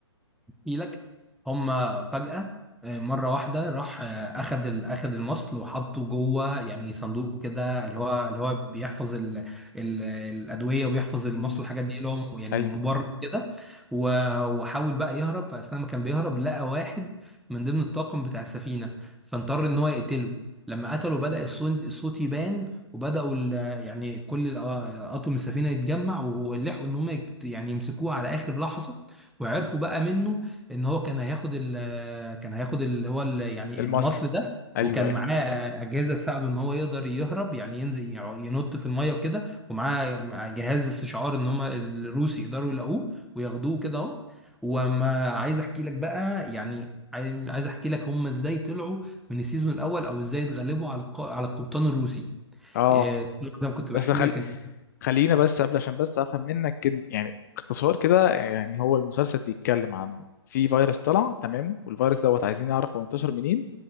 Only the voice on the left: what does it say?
امم
ايوه
المصل
ايوه
ايوه
اه
بس
خل...
خلينا بس قبل عشان بس افهم منك كن- يعني باختصار كده يعني هو المسلسل بيتكلم عن في فيروس طلع تمام والفيروس دوت عايزين نعرف هو انتشر منين